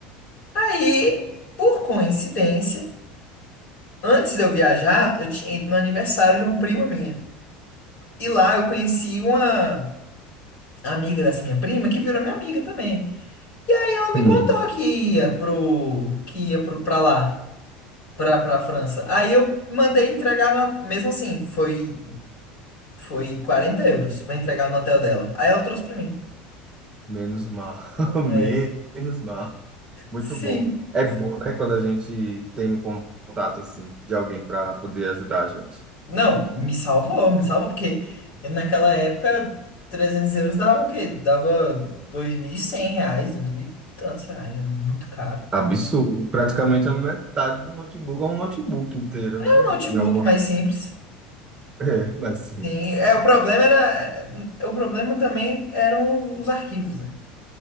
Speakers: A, on the left; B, on the right.
A: Aí, por coincidência, antes de eu viajar, eu tinha ido no aniversário de uma prima minha. E lá eu conheci uma amiga dessa minha prima que virou minha amiga também. E aí ela me
B: Sim.
A: contou que ia pro, que ia pro, pra lá. pra, pra França. Aí eu mandei entregar, no, mesmo assim, foi, foi 40 euros pra entregar no hotel dela. Aí ela trouxe pra mim.
B: Menos mal. <laughs>
A: É,
B: Menos mal. Muito
A: sim.
B: bom. É bom, né, quando a gente tem um contato assim de alguém para poder ajudar a gente.
A: Não, me salvou, me salvou, porque naquela época 300 euros dava o quê? Dava 2.100 reais, 2.000 e tantos reais, era muito caro.
B: Absurdo. Praticamente a metade do notebook, ou um notebook inteiro,
A: É
B: né?
A: Um notebook
B: De alguma...
A: mais
B: <laughs>
A: simples.
B: É, mais simples.
A: Sim, é, o problema era, o problema também eram os arquivos, né?